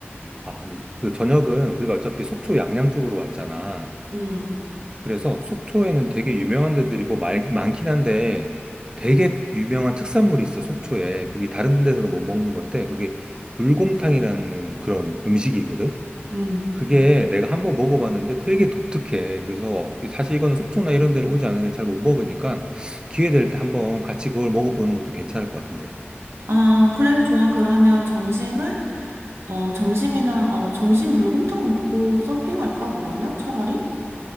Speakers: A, on the right (about 20°); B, on the right (about 70°).
A: 아, 근데 그 저녁은 우리가 어차피 속초 양양 쪽으로 왔잖아.
B: 음,
A: 그래서 속초에는 되게 유명한 데들이 뭐 많, 많긴 한데 되게 유명한 특산물이 있어, 속초에. 거기 다른 데서는 못 먹는 건데 그게 물곰탕이라는 그런 음식이 있거든.
B: 음.
A: 그게 내가 한번 먹어봤는데 되게 독특해. 그래서 사실 이거는 속초나 이런 데를 오지 않으면 잘 못 먹으니까 기회 될 때 한번 같이 그걸 먹어보는 것도 괜찮을 것 같은데.
B: 아, 그래, 좋아. 그러면 점심을, 어, 점심이나, 어, 점심 물곰탕 먹고 서핑할까, 그러면? 차라리?